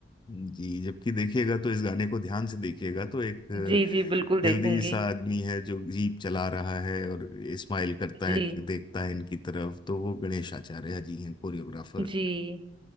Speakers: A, on the left; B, on the right.
A: जी जबकि देखिएगा तो इस गाने को ध्यान से देखिएगा तो एक
B: जी जी बिल्कुल
A: हेल्दी
B: देखूंगी
A: सा आदमी है जो जीप चला रहा है और स्माइल करता
B: जी
A: है देखता है इनकी तरफ तो वो गणेश आचार्य जी हैं कोरियोग्राफर
B: जी